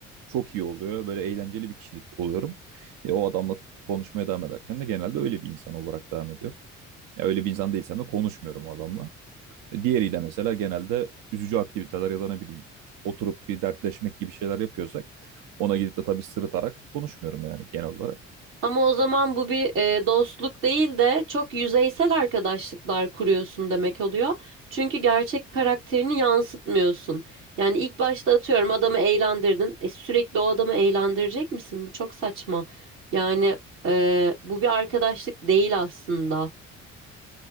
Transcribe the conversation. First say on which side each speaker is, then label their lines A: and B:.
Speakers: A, on the right; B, on the right.
A: çok iyi oluyor. Böyle eğlenceli bir kişilik oluyorum. Ya o adamla konuşmaya devam ederken de genelde öyle bir insan olarak devam ediyorum. Ya öyle bir insan değilsem de konuşmuyorum o adamla. Diğeriyle mesela genelde üzücü aktiviteler ya da ne bileyim oturup bir dertleşmek gibi şeyler yapıyorsak ona gidip de tabii sırıtarak konuşmuyorum yani genel olarak.
B: Ama o zaman bu bir e, dostluk değil de çok yüzeysel arkadaşlıklar kuruyorsun demek oluyor. Çünkü gerçek karakterini yansıtmıyorsun. Yani ilk başta atıyorum adamı eğlendirdin. E, sürekli o adamı eğlendirecek misin? Bu çok saçma. Yani e, bu bir arkadaşlık değil aslında.